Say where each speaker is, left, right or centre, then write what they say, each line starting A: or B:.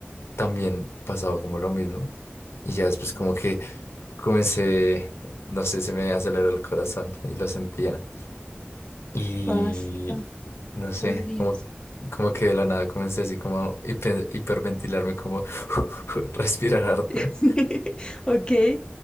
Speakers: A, on the left (about 85°); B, on the left (about 25°).
A: También pasaba como lo mismo. Y ya después como que comencé, no sé, se me aceleró el corazón y lo sentía. Y
B: Basta,
A: no sé,
B: por Dios.
A: como, como que de la nada comencé así como a hiper- hiperventilarme, como <laughs> respirar harto.
B: <laughs> Ok,